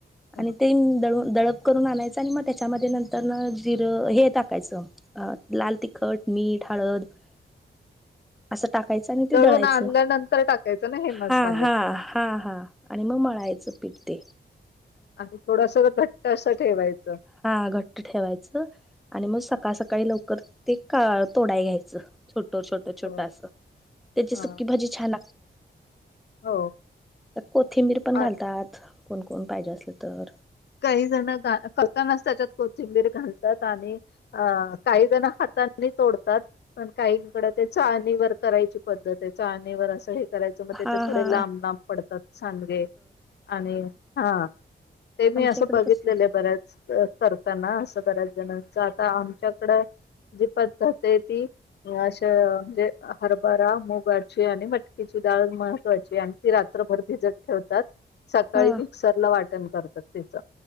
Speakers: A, on the left; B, in the centre.
A: हा
B: आणि ते दळून दळप करून आणायचं आणि म त्याच्यामध्ये नंतर जिरं हे टाकायचं लाल तिखट मीठ हळद आ असं टाकायचं आणि ते
A: दळून
B: दळायचं
A: आणल्यानंतर टाकायचं ना हे मसाले
B: हा हा हा हा आणि मग मळाय याच पिडते
A: आणि थोडस घट्ट असं ठेवायचं
B: हा घट्ट ठेवायचं आणि मग सकाळ
A: हां.
B: सकाळी लवकर. ते का तोडाय घ्यायचं छोट छोट छोट
A: हो
B: असं त्याची
A: हा
B: सुकी भाजी छान
A: हो
B: कोथिंबीर पण
A: आ
B: घालतात. कोण कोण पाहिजे असलं तर.
A: काही जण करतानाच त्याच्यात को चिबर घालतात आणि अ काही जण हातानी तोडतात पण काहीकडे. ते चाळणीवर करायची पद्धत आहे चाळणी व असं. करायच मग
B: हा
A: त्याच्या थोडे
B: हा
A: लांब लांब पडतात सांडगे आणि हा. ते मी
B: आमच्या
A: असं
B: इकडे
A: बघितलेलं
B: तस
A: बऱ्याच करताना असं बऱ्याच जणांच आता आमच्याकडं. जी पद्धत आहे ती. अशं म्हणजे हरभरा मुगाची आणि मटकीची डाळ महत्त्वाची आणि ती राख. प्रभर भिजत ठेवतात सकाळी
B: हा
A: मिक्सरला वाटण करतात त्याच.